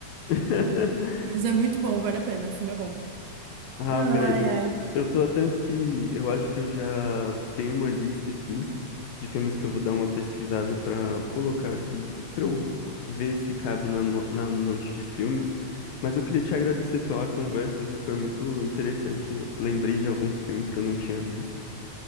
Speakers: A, on the left; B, on the right.
A: <laughs>
B: Mas é muito bom, vale a pena, o filme é bom.
A: Ah,
B: Ai,
A: velho,
B: ai.
A: eu tô até que. Eu acho que eu já tenho uma lista aqui de filmes que eu vou dar uma pesquisada pra colocar aqui, pra eu ver se cabe na, no- na noite de filmes. Mas eu queria te agradecer pela conversa, viu? Foi muito interessante. Lembrei de alguns filmes que eu não tinha visto,